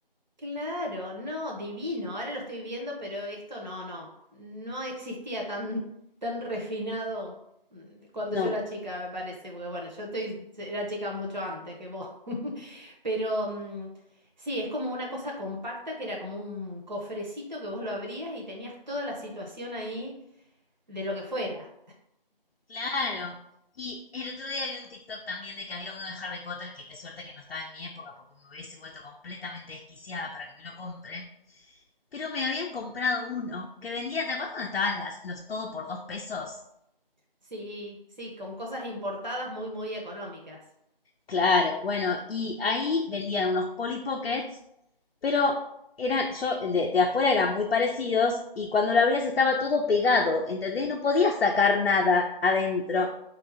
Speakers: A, on the right (about 50°); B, on the left (about 80°).
A: Claro, no, divino. Ahora lo estoy viendo, pero esto no, no. No existía tan, tan refinado mm, cuando
B: No,
A: yo era chica, me parece. Porque bueno, yo estoy, era chica mucho antes que vos. <laughs> Pero mm, sí, es como una cosa compacta que era como un cofrecito que vos lo abrías y tenías toda la situación ahí de lo que fuera.
B: Claro. Y el otro día vi un TikTok también de que había uno de Harry Potter, que qué suerte que no estaba en mi época, porque me hubiese vuelto completamente desquiciada para que me lo compren. Pero me habían comprado uno que vendía, ¿te acuerdas cuando estaban las, los todo por dos pesos?
A: Sí, sí, con cosas importadas muy, muy económicas.
B: Claro, bueno, y ahí vendían unos Polly Pockets, pero eran, yo, de, de afuera eran muy parecidos y cuando lo abrías estaba todo pegado, ¿entendés? No podías sacar nada adentro.